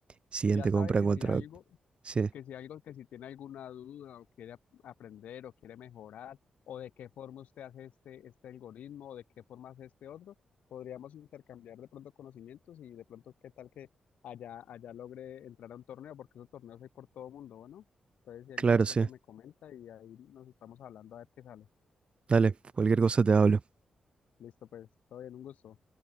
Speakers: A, on the right; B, on the left.
A: siguiente
B: ya sabe
A: compra
B: que
A: en cuanto
B: si algo...
A: a- Sí,
B: que si algo, que si tiene alguna duda o quiere ap- aprender o quiere mejorar, o de qué forma usted hace este, este algoritmo, o de qué forma hace este otro, podríamos intercambiar de pronto conocimientos y de pronto qué tal que allá, allá logre entrar a un torneo, porque esos torneos hay por todo mundo, ¿no? Entonces, si alguna
A: claro,
B: cosa
A: sí.
B: me comenta y ahí nos estamos hablando a ver qué sale.
A: Dale, cualquier cosa te hablo.
B: Listo, pues, todo bien, un gusto.